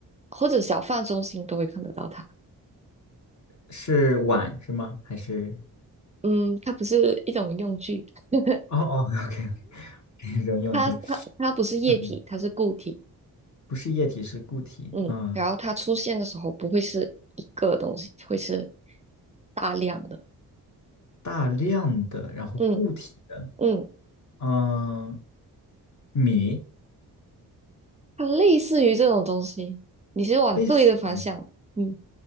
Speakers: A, on the right; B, on the left.
A: 或者小贩中心都会看得到它。
B: 是碗是吗？还是
A: 嗯，它不是一种用具，<laughs>
B: 哦哦，OK，<laughs> 扔用具，
A: 它它它不是液体，
B: 嗯，
A: 它是固体。
B: 不是液体，是固体，
A: 嗯，
B: 嗯，
A: 然后它出现的时候不会是一个东西，会是大量的。
B: 大量的，然后固体的。
A: 嗯。嗯。
B: 嗯，米
A: 它类似于这种东西，你是往对的方向，
B: 类似于，
A: 嗯，